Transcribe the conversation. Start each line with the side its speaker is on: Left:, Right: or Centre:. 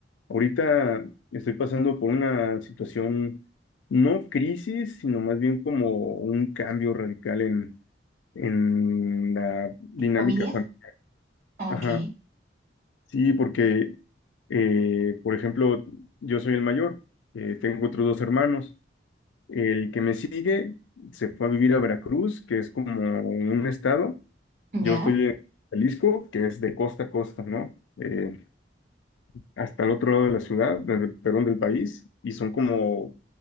Left: Ahorita estoy pasando por una situación, no crisis, sino más bien como un cambio radical en, en la dinámica.
Right: ¿Familia?
Left: familiar.
Right: Ah,
Left: Ajá,
Right: Ok,
Left: sí, porque, eh, por ejemplo, yo soy el mayor, eh, tengo otros dos hermanos. El que me sigue se fue a vivir a Veracruz, que es como un estado. Yo
Right: ya.
Left: estoy en Jalisco, que es de costa a costa, ¿no? Eh, hasta el otro lado de la ciudad, desde el perdón del país, y son como